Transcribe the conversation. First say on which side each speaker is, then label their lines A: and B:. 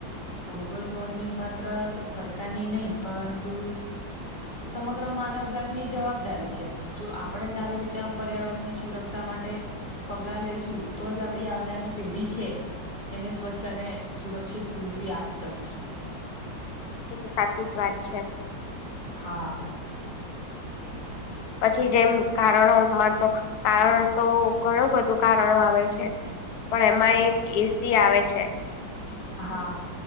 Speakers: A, on the left; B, on the left.
A: ગ્લોબલ વોર્મિંગ માત્ર સરકારની નહીં પરંતુ સમગ્ર માનવ જાતની જવાબદારી છે જો આપણેે જ આવી રીતે આમ પર્યાવરણની સુરક્ષા રક્ષા માટે પગલા લઈશું તો જ આપડી આવનારી પેઢી છે, એને સ્વચ્છ અને સુરક્ષિત પૃથ્વી આપી શકીશું.
B: એ તો સાચી જ વાત છે.
A: હા.
B: પછી જેમ કારણો તો કારણ તો ઘણું બધું કારણો આવે છે પણ એમાં એક એસી આવે છે.
A: હા